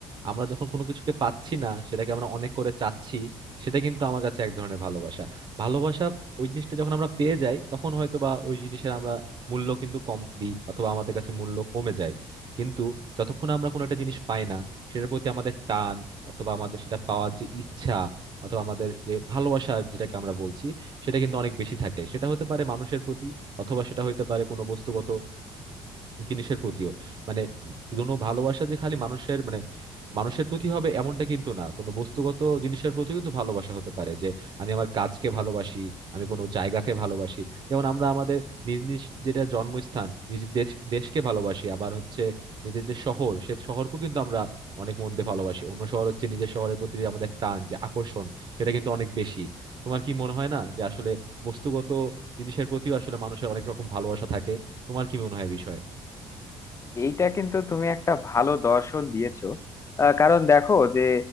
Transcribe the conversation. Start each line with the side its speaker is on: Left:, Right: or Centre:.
Right: আমরা যখন কোনো কিছুকে পাচ্ছি না সেটাকে আমরা অনেক করে চাচ্ছি সেটা কিন্তু আমার কাছে এক ধরনের ভালোবাসা ভালোবাসা ওই জিনিসটা যখন আমরা পেয়ে যাই তখন হয়তো বা ওই জিনিসের আমরা মূল্য কিন্তু কম দিই অথবা আমাদের কাছে মূল্য কমে যায় কিন্তু যতক্ষণ আমরা কোনো একটা জিনিস পাই না সেটার প্রতি আমাদের টান অথবা আমাদের সেটা পাওয়ার যে ইচ্ছা অথবা আমাদের যে ভালোবাসা যেটাকে আমরা বলছি সেটা কিন্তু অনেক বেশি থাকে সেটা হতে পারে মানুষের প্রতি অথবা সেটা হতে পারে কোনো বস্তুগত জিনিসের প্রতিও মানে কোনো ভালোবাসা যে খালি মানুষের মানে মানুষের প্রতি হবে এমনটা কিন্তু না কোনো বস্তুগত জিনিসের প্রতি কিন্তু ভালোবাসা হতে পারে যে আমি আমার কাজকে ভালোবাসি আমি কোনো জায়গাকে ভালোবাসি যেমন আমরা আমাদের নিজ নিজ যেটা জন্মস্থান নিজ দেশ দেশকে ভালোবাসি আবার হচ্ছে নিজের যে শহর সে শহরকেও কিন্তু আমরা অনেক মন দিয়ে ভালোবাসি অন্য শহর হচ্ছে নিজের শহরের প্রতি যে আমাদের টান যে আকর্ষণ সেটা কিন্তু অনেক বেশি তোমার কি মনে হয় না যে আসলে বস্তুগত জিনিসের প্রতিও আসলে মানুষের অনেক রকম ভালোবাসা থাকে তোমার কি মনে হয় এ বিষয়ে
Left: এইটা কিন্তু তুমি একটা ভালো দর্শন দিয়েছো আহ, কারণ দেখো যে